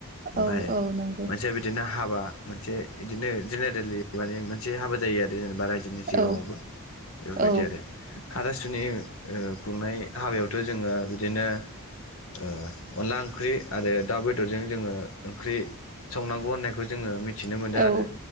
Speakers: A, on the left; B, on the right.
A: ओमफाय
B: औ औ नंगौ
A: मोनसे बिदिनो हाबा मोनसे इदिनो जेनेरेलि माने मोनसे हाबा जायो आरो जेनेबा रायजो जोंनि सिगाङावबो
B: औ
A: बेफोरबायदि
B: औ
A: आरो हाथासुनि खुंनाय हाबायावथ' जोङो बिदिनो ओ अनला ओंख्रि आरो दाउ बेदरजों जोङो ओंख्रि संनांगौ होननायखौ जोङो मिथिनो मोनो
B: औ
A: आरो